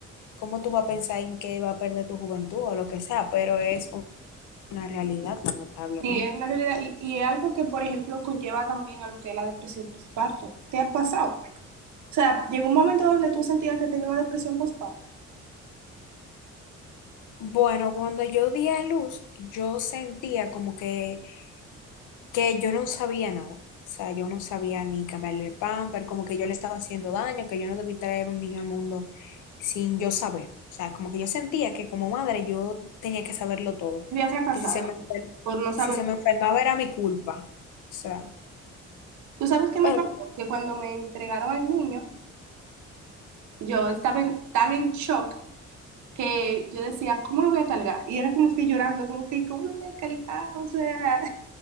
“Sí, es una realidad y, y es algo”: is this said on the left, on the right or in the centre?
Right